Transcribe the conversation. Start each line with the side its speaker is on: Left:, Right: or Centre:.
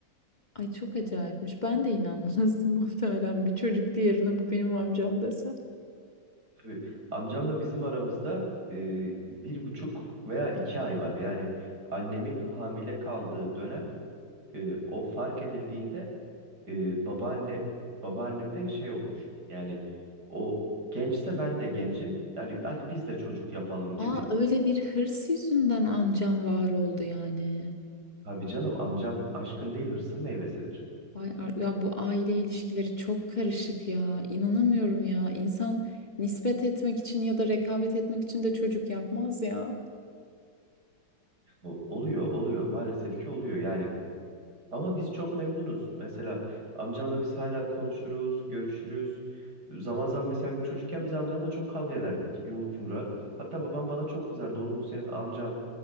Left: ay çok acayipmiş. Ben de inanmazdım <laughs> muhtemelen bir çocuk diğerine bu benim amcam dese.
Right: Tabii. Amcamla bizim aramızda e, bir buçuk veya iki ay var. Yani annemin hamile kaldığı dönem e, o fark edildiğinde e, babaanne babaannem de şey olmuş. Yani o gençse ben de gencim. Hani hadi biz de çocuk yapalım gibi.
Left: Aa öyle bir hırs yüzünden amcam var oldu yani.
Right: Abi canım amcam aşkın değil hırsın meyvesidir.
Left: Vay ar- ya bu aile ilişkileri çok karışık ya. İnanamıyorum ya. İnsan nispet etmek için ya da rekabet etmek için de çocuk yapmaz ya.
Right: Bu oluyor oluyor maalesef ki oluyor. Yani Ama biz çok memnunuz. Mesela amcamla biz hala konuşuruz, görüşürüz. Zaman zaman mesela çocukken biz amcamla çok kavga ederdik yumruk yumruğa. Hatta babam bana çok kızardı. Oğlum o senin amcan.